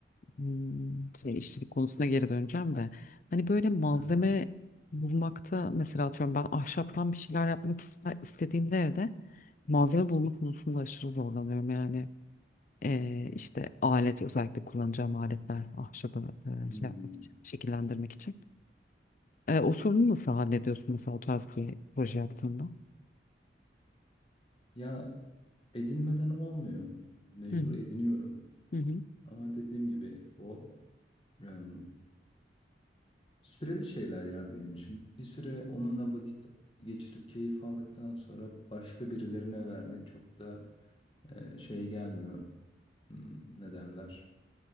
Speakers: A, on the left; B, on the left.
A: Hmm, şey işçilik konusuna geri döneceğim de hani böyle malzeme
B: aha.
A: bulmakta mesela atıyorum ben ahşaptan bir şeyler yapmak iste- istediğimde evde malzeme bulma konusunda aşırı zorlanıyorum yani Ee, işte alet özellikle kullanacağım aletler ahşabı
B: Hmm.
A: e, şey yapmak için şekillendirmek için Ee, o sorunu nasıl hallediyorsun mesela o tarz bir proje yaptığında?
B: Ya edinmeden olmuyor. Mecbur
A: Hı hı,
B: ediniyorum.
A: hı hı.
B: Ama dediğim gibi o em, süreli şeyler ya benim için. Bir süre onunla vakit geçirip keyif aldıktan sonra başka birilerine vermek çok da e, şey gelmiyor. Hmm, ne derler?